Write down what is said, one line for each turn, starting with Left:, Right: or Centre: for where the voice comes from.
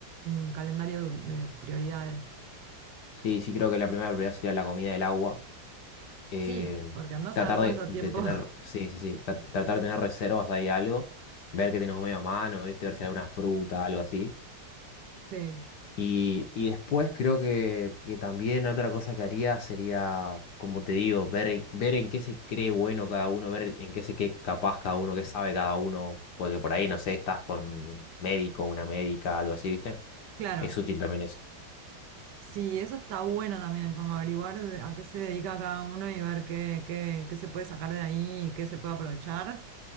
Right: un calendario de, de prioridades.
Left: Sí, sí, creo que la primera prioridad sería la comida y el agua. eh,
Right: Sí, porque andás
Left: tratar
Right: a ver
Left: de,
Right: cuánto
Left: de
Right: tiempo.
Left: tener,
Right: <laughs>
Left: sí, sí, sí, tra- tratar de tener reservas ahí algo, ver que tenemos medio a mano, ¿viste? Ver si hay alguna fruta, algo así.
Right: Sí,
Left: Y, y después creo que, que también otra cosa que haría sería, como te digo, ver, ver en qué se cree bueno cada uno, ver en qué se cree capaz cada uno, qué sabe cada uno, porque por ahí, no sé, estás con un médico, una médica, algo así, ¿viste?
Right: claro.
Left: Es útil también eso.
Right: Sí, eso está bueno también, como averiguar de- a qué se dedica cada uno y ver qué, qué, qué se puede sacar de ahí y qué se puede aprovechar.